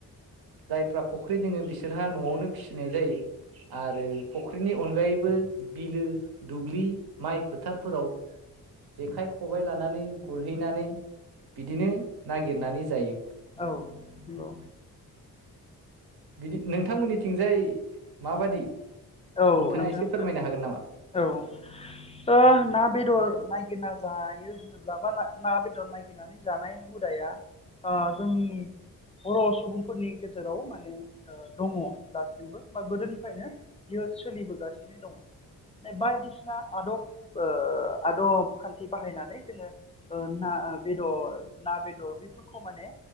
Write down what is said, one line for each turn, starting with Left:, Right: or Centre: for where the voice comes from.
Right: जायफ्रा फुख्रि दोङो बिसोरहा नआवनो फिसिनाय जायो आरो नि अनगायैबो बिलो दुब्लि माइ फोथारफोराव जेखाइ खबाय लानानै गुरहैनानै बिदिनो नागिरनानै जायो।
Left: औ नंगौ
Right: बिदि नोंथांमोननिथिंजाय माबादि
Left: औ
Right: नोंथाङा
Left: नोंथां
Right: एसे फोरमायनो हागोन नामा
Left: ओ औ ओ ना बेदर नायगिरना जायो होनोब्ला बा ना बेदर नायगिरनानै जानाय हुदाया अ जोंनि बर सुबुंफोरनि गेजेराव माने ओ दङ दासिमबो बा गोदोनिफ्रायनो बियो सोलिबोगासिनो दङ। बायदिसिना आदब ओ आदब खान्थि बाहायनानै जोङो ओ ना ओ बेदर ना बेदर बेफोरखौ माने